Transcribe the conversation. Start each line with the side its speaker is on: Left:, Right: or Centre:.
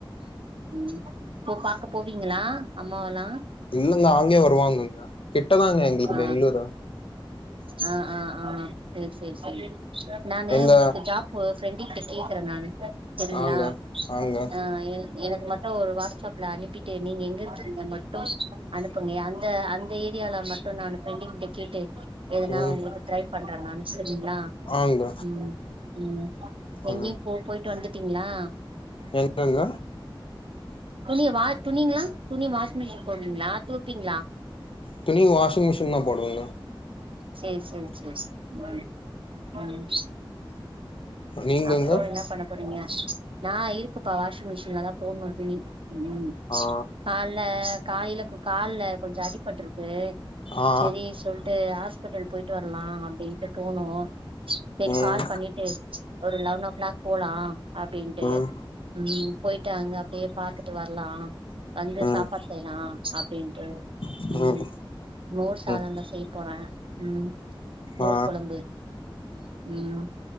Right: ம் இப்போ பாக்க போவீங்களா அம்மாவலா
Left: இல்லங்க ஆங்கயே வருவாங்கங்க கிட்டதாங்க எங்குளுக்கு
Right: ஆ
Left: பெங்களூரு
Right: ஆ ஆ ஆ சேரி செரி செரி நானு
Left: எங்க
Right: உங்குளுக்கு ஜாப்பு சென்ட் டீட்டெயில் கேக்குற நானு சரிங்களா
Left: ஆங்க ஆங்க
Right: ஆ எனக்கு மட்டோ ஒரு வாட்ஸ்அப்ல அனுப்பிட்டு நீங்க எங்க இந்த மட்டோ அனுப்புங்க அந்த அந் இந்த ஏரியால மட்டும் நானு ஃப்ரெண்டங்கிட்ட கேட்டு எதுனா
Left: ம்
Right: உங்களுக்கு ட்ரை பண்ற நானு சரிங்களா
Left: ஆங்க
Right: ம் ம் எங்கயும்
Left: ம்
Right: போ போய் வந்துட்டீங்களா
Left: எங்கங்க
Right: துணி வா துணிங்களா துணி வாஷிங் மிஷின் போடுவீங்களா தொவ்பீங்களா
Left: துணி வாஷிங் மிஷின்தா போடுவேங்க
Right: சரி சரி சரி ம் ம்
Left: நீங்கங்க
Right: அப்புறோ என்ன பண்ண போறீங்க நான் இருக்குப்பா வாஷிங் மிஷின்லதா போடணோ துணி ம்
Left: ஆ
Right: கால்ல காலையில கால்ல கொஞ்சோ அடிபட்ருக்கு
Left: ஆ
Right: செரி சொல் வந்த்ட்டு ஆ ஸ்பிட்டல் போயிட்டு வர்லா அப்படின்ட்டு போனோ செரி
Left: ம்
Right: கால் பண்ணிட்டு ஒரு லெவனோ க்ளாக் போலா அப்டீன்ட்டு
Left: ம்
Right: ம் போயிட்டு அங்க அப்டியே பாத்துட்டு வர்லா வந்து
Left: ம்
Right: சாப்பாடு செய்லா அப்டினு
Left: ம்
Right: உம் மோர் சாதம்தா
Left: ம்
Right: செய் போற ம் மோர்
Left: ஆ
Right: கொழம்பு ம்